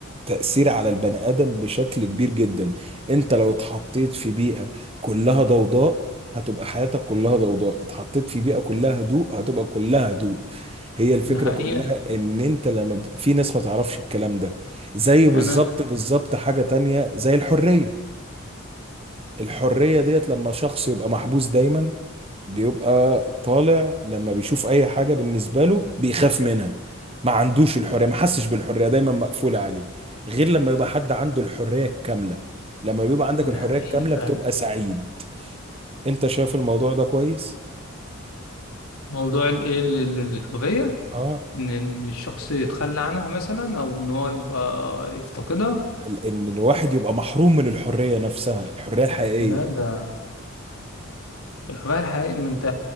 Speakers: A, on the right (about 25°); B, on the left (about 85°).
A: تأثير على البني آدم بشكل كبير جدا انت لو اتحطيت في بيئة كلها ضوضاء هتبقى حياتك كلها ضوضاء اتحطيت في بيئة كلها هدوء هتبقى كلها هدوء هي الفكرة
B: ده حقيقة
A: كلها ان انت لما بت... في ناس ما تعرفش الكلام ده زي بالظبط
B: انا
A: بالظبط حاجة تانية زي الحرية الحرية ديت لما شخص يبقى محبوس دايما بيبقى طالع لما بيشوف اي حاجة بالنسبة له بيخاف منها ما عندوش الحرية ما حسش بالحرية دايما مقفولة عليه غير لما يبقى حد عنده الحرية الكاملة لما بيبقى عندك
B: ده
A: الحرية
B: حقيقي
A: الكاملة
B: فعلا
A: بتبقى سعيد انت شايف الموضوع ده كويس
B: موضوع ال- ايه ال- ال- الهوية
A: اه
B: ان إن الشخص يتخلى عنها مثلا او ان هو يبقى يفتقدها
A: ال- ان الواحد يبقى محروم من الحرية نفسها الحرية الحقيقية
B: لا ده الهوية الحقيقية ما انت